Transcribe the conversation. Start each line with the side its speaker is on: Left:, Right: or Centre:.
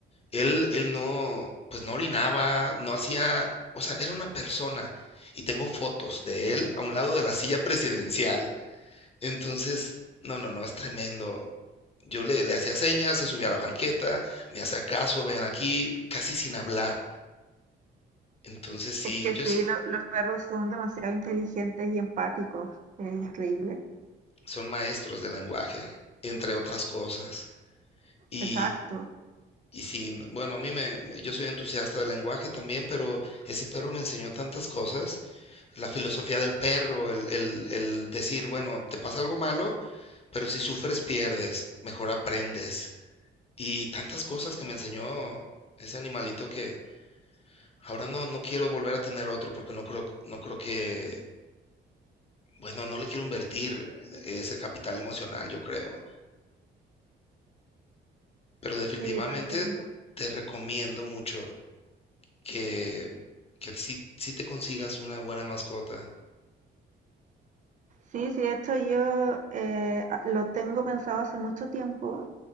Left: Él, él no, pues no orinaba, no hacía, o sea, era una persona. Y tengo fotos de él a un lado de la silla presidencial. Entonces, no, no, no, es tremendo. Yo le, le hacía señas, se subía a la banqueta, me hacía caso, vean aquí, casi sin hablar. Entonces sí,
Right: Es que
Left: yo
Right: sí,
Left: sí,
Right: lo- los perros son demasiado inteligentes y empáticos. Es increíble.
Left: son maestros de lenguaje, entre otras cosas. Y,
Right: Exacto.
Left: y sí, bueno, a mí me, me- yo soy entusiasta del lenguaje también, pero ese perro me enseñó tantas cosas, la filosofía del perro, el, el, el decir, bueno, te pasa algo malo, pero si sufres pierdes, mejor aprendes. Y tantas cosas que me enseñó ese animalito que ahora no, no quiero volver a tener otro porque no creo, no creo que, bueno, no le quiero invertir eh, ese capital emocional, yo creo. Pero definitivamente
Right: Sí, te entiendo.
Left: te recomiendo mucho que, que si si te consigas una buena mascota.
Right: Sí, sí, de hecho yo eh, a- lo tengo pensado hace mucho tiempo